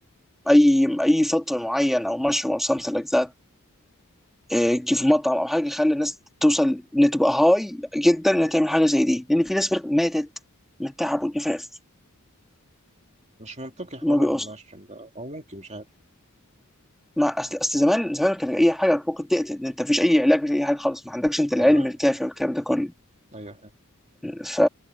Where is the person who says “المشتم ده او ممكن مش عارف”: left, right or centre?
Right